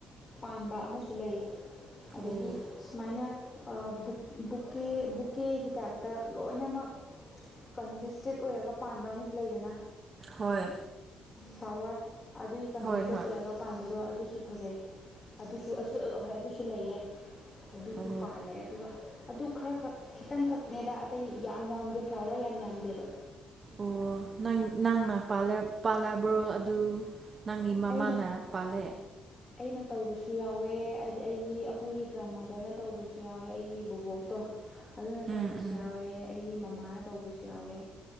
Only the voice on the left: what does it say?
ꯄꯥꯟꯕ ꯑꯃꯁꯨ ꯂꯩ ꯑꯗꯒꯤ
ꯁꯨꯃꯥꯏꯅꯕꯨ ꯕꯨꯛꯀꯦ ꯕꯨꯛꯀꯦꯒꯤ ꯇꯥꯏꯞꯇ ꯂꯣꯏꯅꯃꯛ ꯀꯟꯖꯦꯁꯇꯦꯠ ꯑꯣꯏꯔꯒ ꯄꯥꯟꯕ ꯑꯃꯁꯨ ꯂꯩꯗꯅ
ꯐ꯭ꯂꯥꯋꯔ ꯑꯗꯨꯒꯤ ꯀꯟꯖꯦꯁꯇꯦꯠ
ꯑꯣꯏꯔꯒ ꯄꯥꯟꯕꯗꯣ ꯑꯗꯨꯁꯨ ꯐꯖꯩ ꯑꯗꯨꯁꯨ ꯑꯗꯨꯁꯨ ꯍꯣꯏ ꯑꯗꯨꯁꯨ ꯂꯩꯌꯦ ꯑꯗꯨꯁꯨ
ꯄꯥꯜꯂꯦ ꯑꯗꯨꯒ ꯑꯗꯨ ꯈꯔꯈꯛ ꯈꯤꯇꯪꯈꯛꯅꯦꯗ ꯑꯇꯩ ꯌꯥꯝ ꯌꯥꯝꯗꯦ ꯐ꯭ꯂꯥꯋꯔ ꯌꯥꯝ ꯌꯥꯝꯗꯦꯕ
ꯑꯩꯅ
ꯑꯩꯅ ꯇꯧꯕꯁꯨ ꯌꯥꯎꯋꯦ ꯍꯥꯏꯗꯤ ꯑꯩꯒꯤ ꯑꯈꯣꯏꯒꯤ ꯒ꯭ꯔꯥꯟꯃꯗꯔꯅ ꯇꯧꯕꯁꯨ ꯌꯥꯎꯋꯦ ꯑꯩꯒꯤ ꯕꯨꯕꯣꯛꯇꯣ ꯑꯗꯨꯅ ꯇꯧꯕꯁꯨ
ꯌꯥꯎꯋꯦ ꯑꯩꯒꯤ ꯃꯃꯥꯅ ꯇꯧꯕꯁꯨ ꯌꯥꯎꯋꯦ